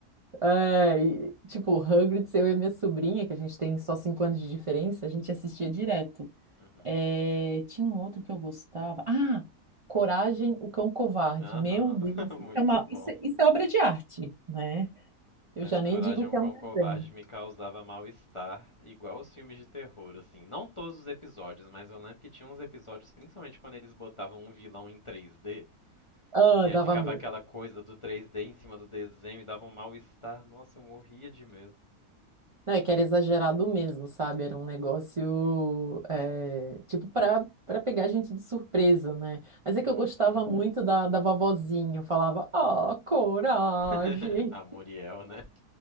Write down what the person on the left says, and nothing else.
Uhum.
Aham,
<laughs>
muito
bom.
Mas
Coragem
é
um
Cão
Covarde me causava mal-estar, igual os filmes de terror, assim. Não todos os episódios, mas eu lembro que tinha uns episódios, principalmente quando eles botavam um vilão em 3D,
que
aí ficava
aquela coisa do 3D em cima do desenho e dava um mal-estar. Nossa, eu morria de medo.
Uhum.
<laughs> a Muriel, né?